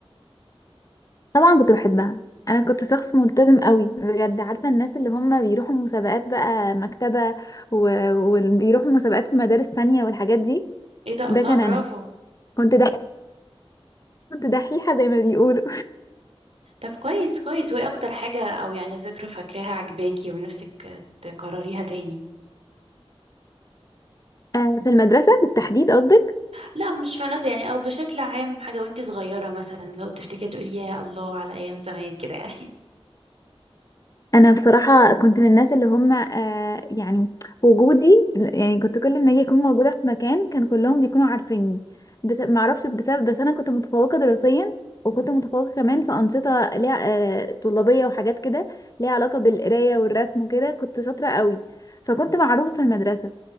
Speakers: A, on the left; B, on the right.
A: طبعا كنت بحبها انا كنت شخص ملتزم قوي بجد عارفه الناس اللي هم بيروحوا مسابقات بقى مكتبه و- وبيروحوا مسابقات في مدارس تانية والحاجات دي
B: ايه ده
A: ده
B: الله
A: كان
B: برافو
A: انا كنت دحيحه كنت دحيحه زي ما بيقولوا
B: طب كويس كويس وايه اكتر حاجة او يعني ذكرى فاكراها عجباكي ونفسك تكرريها تاني
A: <laughs> آه في المدرسه بالتحديد قصدك
B: لا مش فنانة يعني او بشكل عام حاجة وانت صغيرة مثلا لو تفتكري تقولي يا الله على ايام زمان كده يعني
A: انا بصراحه كنت من الناس اللي هم آه يعني وجودي يعني كنت كل ما اجي اكون موجوده في مكان كان كلهم بيكونوا عارفيني بس ما اعرفش بسبب بس انا كنت متفوقه دراسيا وكنت متفوقه كمان في انشطه ليها آه طلابيه وحاجات كده ليها علاقه بالقرايه والرسم وكده كنت شاطره قوي فكنت معروفه في المدرسه